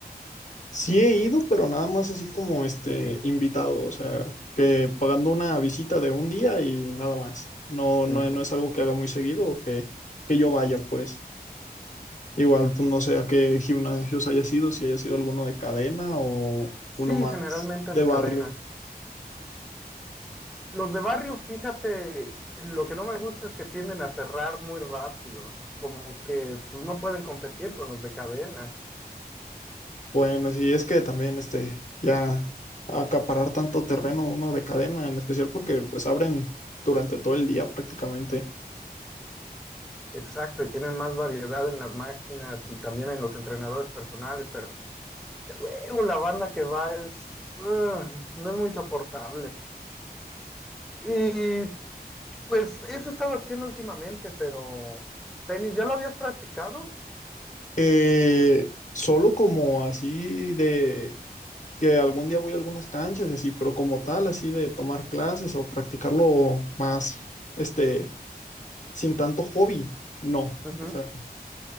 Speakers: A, on the left; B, in the centre.
A: Sí he ido, pero nada más así como este invitado, o sea, que pagando una visita de un día y nada más. No, no,
B: Ujú.
A: no es algo que haga muy seguido o que, que yo vaya, pues. Igual, pues, no sé a qué gimnasios haya sido, si haya sido alguno de cadena o
B: Sí,
A: uno más
B: generalmente
A: de
B: de
A: barrio.
B: cadenas. Los de barrio, fíjate, lo que no me gusta es que tienden a cerrar muy rápido, como que pues no pueden competir con los de cadena.
A: Bueno, sí, es que también este, ya acaparar tanto terreno uno de cadena, en especial porque pues abren durante todo el día prácticamente.
B: Exacto, y tienen más variedad en las máquinas y también en los entrenadores personales, pero luego la banda que va es, ugh, no es muy soportable. Y pues eso he estado haciendo últimamente, pero tenis, ¿ya lo habías practicado?
A: Eh, solo como así de que algún día voy a algunas canchas y así, pero como tal, así de tomar clases o practicarlo más, este, sin tanto hobby, no.
B: Ujú,
A: O sea,